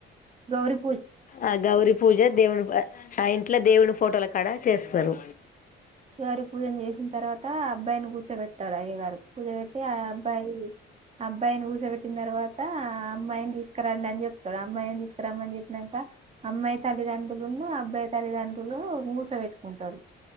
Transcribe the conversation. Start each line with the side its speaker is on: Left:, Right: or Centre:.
Right: గౌరి
Left: ఆ గౌరి పూజ దేవుని చు ఆ ఇంట్లో దేవుని ఫోటోలు కాడా చేస్తారు
Right: అయ్యగారి పూజను చేసిన తర్వాత, అబ్బాయిని కూర్చోబెడతాడు అయ్యగారు, పూజ పెట్టి ఆ అబ్బాయి అబ్బాయిని కూూసబెట్టిన తర్వాత అమ్మాయిని తీసుకురండి అని చెప్తాడు, అమ్మాయిని తీసుకురామ్మని చెప్పినాక అమ్మాయి తల్లిదండ్రులున్న అబ్బాయి తల్లిదండ్రులు మూసబెట్టుకుంటారు.